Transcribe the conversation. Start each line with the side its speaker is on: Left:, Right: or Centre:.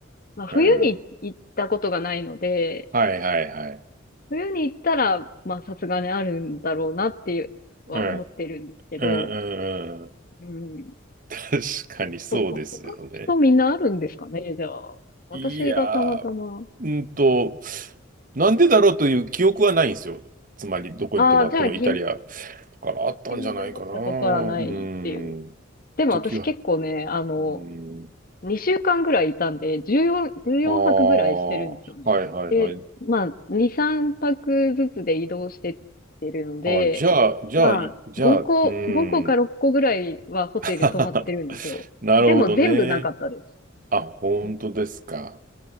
Left: まあ、冬に行ったことがないので、
Right: うん。はいはいはい。
Left: 冬に行ったら、まあ、さすがにあるんだろうなっていうは思ってるんですけど、
Right: うん、うん、うん、うん。
Left: うん。
Right: 確かにそうですよね。
Left: ほ、ほ、他の人みんなあるんですかね、じゃあ。私がたまたま。
Right: いやー、うんと、なんでだろうという記憶はないんですよ。つまり、どこに泊まってもイタリア
Left: ああ、じゃあ疑問、
Right: からあったんじゃないかな。
Left: 疑問に思ったことはないっていう。
Right: うーん、
Left: でも私結構ね、
Right: 時は。
Left: あの、
Right: うーん
Left: 2週間ぐらいいたんで、14、14泊ぐらいしてるんですよね。
Right: ああ、はいはいはい。
Left: まあ、2、3泊ずつで移動してってるので、
Right: ああ、じゃあ、じゃあ、
Left: まあ、
Right: いじゃあ、
Left: 5個、
Right: うー
Left: 5個か6個ぐらいはホテル泊まってるんですよ。
Right: ん。<laughs> なるほどね。
Left: でも全部なかったです。
Right: あ、本当ですか。
Left: うん